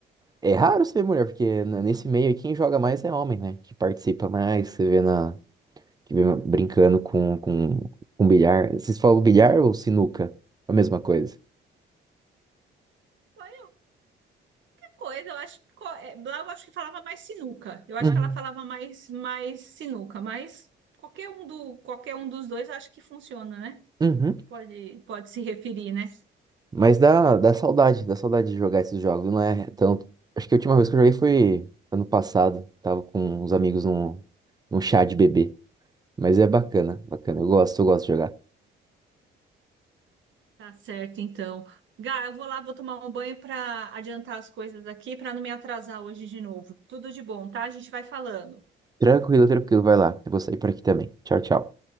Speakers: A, on the right; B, on the right.
A: é raro você ver mulher, porque n- nesse meio aí quem joga mais é homem, né? Que participa mais, você vê na que vem brincando com, com, com bilhar. Vocês falam bilhar ou sinuca? A mesma coisa.
B: Foi outra coisa, eu acho que co- é, lá eu acho que falava mais sinuca. Eu acho
A: Uhum.
B: que ela falava mais mais sinuca, mas qualquer um do qualquer um dos dois acho que funciona, né?
A: Uhum.
B: Pode pode se referir, né?
A: Mas dá, dá saudade, dá saudade de jogar esses jogos. Não é tanto. Acho que a última vez que eu joguei foi ano passado. Tava com uns amigos num, num chá de bebê. Mas é bacana, bacana. Eu gosto, eu gosto de jogar.
B: Tá certo, então. Gá, eu vou lá, vou tomar um banho para adiantar as coisas aqui, para não me atrasar hoje de novo. Tudo de bom, tá? A gente vai falando.
A: Tranquilo, tranquilo, vai lá. Eu vou sair por aqui também. Tchau, tchau.